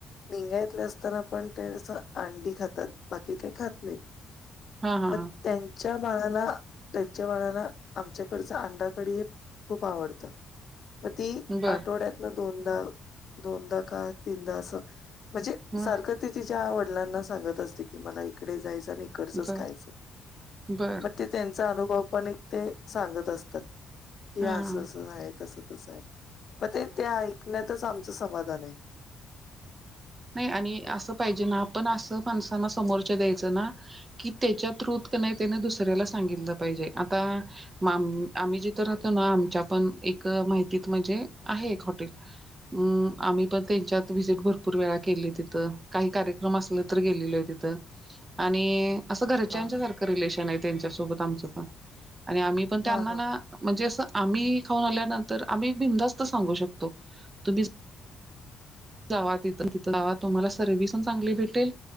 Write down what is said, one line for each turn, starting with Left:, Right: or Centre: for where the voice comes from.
Left: निंगायतले असत आपण ते अंडी खातात. बाकी काही खात नाहीत
Right: हा हा
Left: म
Right: हा
Left: त्यां च्या बाळाला त्यांच्या बाळाला आमच्याकडचं अंडाकडी खूप आवडतं. मग ती
Right: बर
Left: आठवड्यात ना दोनदा दोनदा का तीनदा असं. म्हणजे
Right: ह
Left: सारखं ते तिच्या वडिलांना सांगत असते कि मला इकडे जायचं आणि इकडचच
Right: बर
Left: खायचं
Right: बर
Left: मग ते त्यांचा अनुभव पण एक ते सांगत असतात. कि
Right: हा
Left: असं
Right: हा
Left: असं आहे तसं तसं आहे मग ते ते ऐकण्यातच आमचं समाधान आहे.
Right: नाही आणि असं पाहिजे ना आपण असं माणसांना समोरच्या द्यायचं ना. कि त्याच्या थ्रूत नाही त्याने दुसऱ्याला सांगितलं पाहिजे आता मग आम्ही जिथं राहतो ना आमच्या पण एक माहितीत म्हणजे आहे एक हॉटेल ह् आम्ही पण त्यांच्यात व्हिजिट भर भरपूर वेळा केली तिथं काही कार्यक्रम असल तर गेलेलो आहे तिथं आणि असं घरच्यांच्या
Left: हां हां.
Right: सारखं रिलेशन आहे त्यांच्यासोबत आमचं पण आणि आम्ही पण त्यांना
Left: हां हां.
Right: ना म्हणजे असं आम्ही खाऊन आल्यानंतर आम्ही बिंदास्त सांगू शकतो तुम्ही जावा तिथं तिथं जावा तुम्हाला सर्व्हिस पण चांगली भेटेल